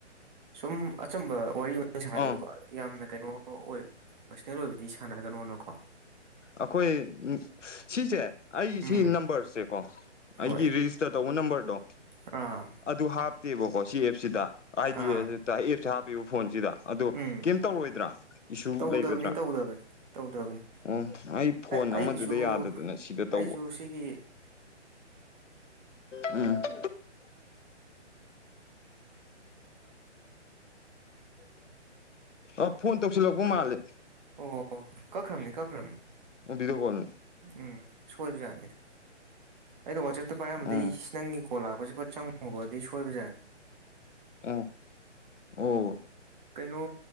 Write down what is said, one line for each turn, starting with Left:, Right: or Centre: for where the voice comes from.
Right: ꯁꯨꯝ ꯑꯆꯝꯕ ꯋꯥꯔꯤ ꯑꯣꯏꯅ ꯁꯥꯖꯦꯕꯀꯣ
Left: ꯑꯥ
Right: ꯌꯥꯝꯅ ꯀꯩꯅꯣ ꯑꯣꯏ ꯄꯔꯥꯁꯅꯦꯜ ꯑꯣꯏꯕꯗꯤ ꯁꯥꯅꯒꯅꯣꯅꯀꯣ
Left: ꯑꯈꯣꯏ ꯁꯤꯁꯦ ꯑꯩ
Right: ꯎꯝ
Left: ꯁꯤ ꯅꯝꯕꯔꯁꯦ ꯀꯣ ꯑꯩꯒꯤ
Right: ꯍꯣꯏ
Left: ꯔꯤꯖꯤꯁꯇꯔ ꯇꯧꯕ ꯅꯝꯕꯔꯗꯣ
Right: ꯑꯥ
Left: ꯑꯗꯨ ꯍꯥꯞꯇꯦꯕꯀꯣ ꯁꯤ ꯑꯦꯞꯁꯤꯗ ꯑꯥꯏꯗꯤ
Right: ꯑꯥ
Left: ꯑꯦꯞꯁꯦ ꯍꯥꯞꯄꯤꯕ ꯐꯣꯟꯁꯤꯗ ꯑꯗꯣ
Right: ꯎꯝ
Left: ꯀ‌ꯦꯝ ꯇꯧꯔꯣꯏꯗ꯭ꯔꯥ ꯏꯁꯨ
Right: ꯇꯧꯗꯕꯅꯤ
Left: ꯂꯩꯒ
Right: ꯇꯧꯗꯕꯅꯤ ꯇꯧꯗꯕꯅꯤ
Left: ꯎꯝ ꯑꯩ ꯐꯣꯟ
Right: ꯑꯩꯒꯤꯁꯨ
Left: ꯑꯃꯥꯗꯨꯗ ꯌꯥꯗꯗꯅ ꯁꯤꯗ ꯇꯧꯕ
Right: ꯑꯩꯁꯨ ꯁꯤꯒꯤ
Left: ꯎꯝ ꯑ ꯐꯣꯟ ꯇꯧꯁꯜꯂꯛꯄ ꯃꯥꯂꯦ
Right: ꯑꯣ ꯀꯛꯈ꯭ꯔꯝꯅꯤ ꯀꯛꯈ꯭ꯔꯝꯅꯤ
Left: ꯑꯥ ꯕꯤꯗꯤꯌ‌ꯣ ꯀ‌ꯣꯜꯅ‌ꯦ
Right: ꯎꯝ ꯁꯣꯏꯕꯖꯥꯠꯅꯤꯗ ꯑꯩꯗꯣ ꯋꯥꯆꯦꯞꯇ ꯄꯥꯏꯔꯝꯕꯗꯩ
Left: ꯎꯝ ꯎꯝ
Right: ꯅꯪꯒꯤ ꯀꯣꯜ ꯂꯥꯛꯄꯖ‌ꯦ ꯐꯠ ꯆꯪꯉꯨꯕ ꯑꯗꯨꯏ ꯁꯣꯏꯕꯖꯥꯅꯤ
Left: ꯑꯥ ꯑꯣ
Right: ꯀꯩꯅꯣ